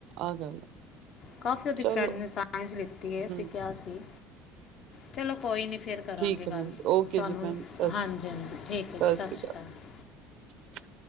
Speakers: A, on the right; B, on the left.
A: ਆਹ ਗੱਲ ਆ
B: ਕਾਫੀ ਉਹਦੀ
A: ਚਲੋ
B: ਫਰੈਂਡ ਨੇ ਸਾਇੰਸ ਲਿੱਤੀ ਹੈ ਅਸੀ
A: ਹਮ
B: ਕਿਹਾ ਸੀ। ਚਲੋ ਕੋਈ ਨਹੀਂ ਫਿਰ ਕਰਾਂਗੇ
A: ਠੀਕ ਹੈ
B: ਗੱਲ
A: ਭੈਣ ਜੀ ਓਕੇ
B: ਤੁਹਾਨੂੰ
A: ਜੀ ਭੈਣ ਜੀ ਸਤਿ
B: ਹਾਂਜੀ-ਹਾਂਜੀ ਠੀਕ ਹੈ
A: ਸਤਿ
B: ਜੀ
A: ਸ਼੍ਰੀ
B: ਸਸ ਸ੍ਰੀ ਕਾਲ।
A: <unintelligible>